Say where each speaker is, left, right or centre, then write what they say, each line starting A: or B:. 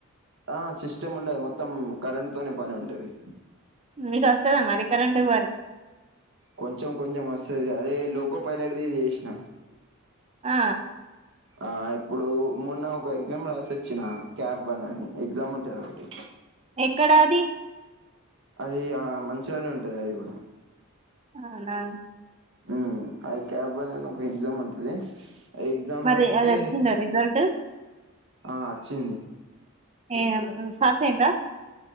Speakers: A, on the right; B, on the right.
A: ఆ సిస్టమ్ ఉండది మొత్తం కరెంట్ తోనే పని ఉంటది
B: మీకు వస్తదా మరి కరెంట్ వర్క్
A: కొంచెం కొంచెం వస్తది అదే లోకో పైలట్ గా చేసిన
B: ఆ
A: ఆ ఇప్పుడు మొన్న ఒక ఎగ్జామ్ రాసోచ్చినా క్యాప్ వన్ అని ఎగ్జామ్ ఉంటాది ఒకటి
B: ఎక్కడా అది
A: అది ఆ మంచిగానే ఉంటది అది కూడా
B: అవునా
A: ఉమ్ ఆ క్యాబ్ వన్ అని ఒక ఎగ్జామ్ ఉంటది ఆ ఎగ్జామ్
B: మరి
A: రాస్తే
B: అది వచ్చిందా రిజల్ట్
A: ఆ వచ్చింది
B: ఏం పాస్ అయిన్రా